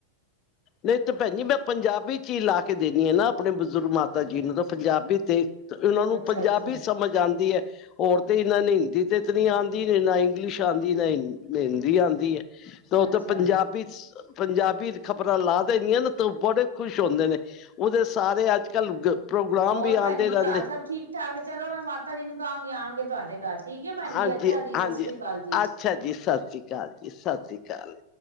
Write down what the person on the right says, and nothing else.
ਅੱਛਾ
ਅੱਛਾ
ਅੱਛਾ
ਹੋਰ
ਭੈਣ
ਜੀ
ਘਰ ਸਭ ਠੀਕ ਚਲੋ ਮੈਂ ਮਾਤਾ ਜੀ ਨੂੰ ਕਹਾਂਗੀ ਆਣਗੇ ਤੁਹਾਡੇ ਘਰ ਠੀਕ ਐ ਭੈਣ
ਜੀ ਅੱਛਾ ਜੀ
ਸਸ੍ਰੀ ਕਾਲ ਜੀ।